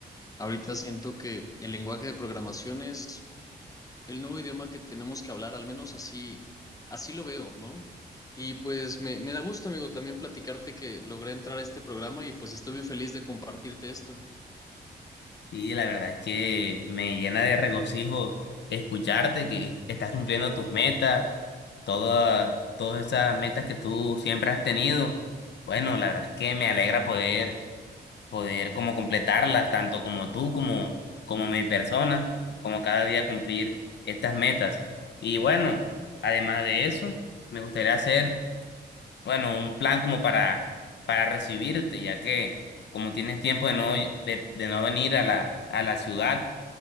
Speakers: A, on the left (about 20°); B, on the left (about 80°).
A: Ahorita siento que el lenguaje de programación es el nuevo idioma que tenemos que hablar, al menos así, así lo veo, ¿no? Y pues me, me da gusto, amigo, también platicarte que logré entrar a este programa y pues estoy muy feliz de compartirte esto.
B: Y la verdad es que me llena de regocijo escucharte que estás cumpliendo tus metas, todas, todas esas metas que tú siempre has tenido. Bueno, la verdad es que me alegra poder, poder como completarlas, tanto como tú, como, como mi persona, como cada día cumplir estas metas. Y bueno, además de eso, me gustaría hacer bueno, un plan como para, para recibirte, ya que como tienes tiempo de no, de, de no venir a la, a la ciudad,